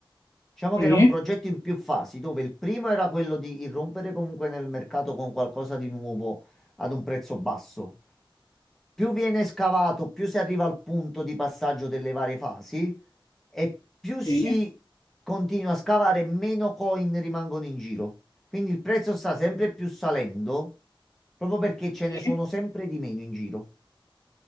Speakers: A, in the centre; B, on the left (about 35°).
A: Diciamo
B: Sì,
A: che era un progetto in più fasi, dove il primo era quello di irrompere comunque nel mercato con qualcosa di nuovo ad un prezzo basso. Più viene scavato, più si arriva al punto di passaggio delle varie fasi e più si
B: sì,
A: continua a scavare, meno coin rimangono in giro. Quindi il prezzo sta sempre più salendo, proprio perché ce
B: sì.
A: ne sono sempre di meno in giro.